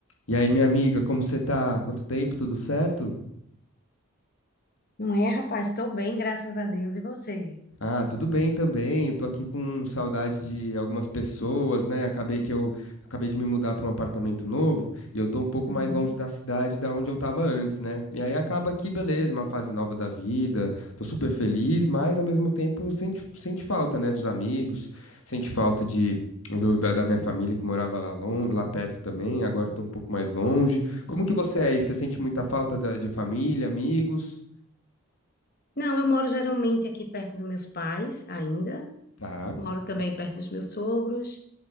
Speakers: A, on the left; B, on the left.
A: E aí, minha amiga, como você tá? Quanto tempo? Tudo certo?
B: Não é, rapaz? Estou bem, graças a Deus. E você?
A: Ah, tudo bem também. Eu tô aqui com saudade de algumas pessoas, né? Acabei que eu acabei de me mudar para um apartamento novo e eu tô um pouco
B: Uhum,
A: mais longe da cidade da onde eu tava antes, né? E aí acaba que, beleza, uma fase nova da vida. Tô super feliz, mas ao mesmo tempo sente, sente falta, né, dos amigos, sente falta de do- da, da minha família que morava lá, lon- lá perto também, agora eu tô um pouco mais longe.
B: sim.
A: Como que você é aí? Você sente muita falta da- de família, amigos?
B: Não, eu moro geralmente aqui perto dos meus pais, ainda.
A: Tá.
B: Moro também perto dos meus sogros.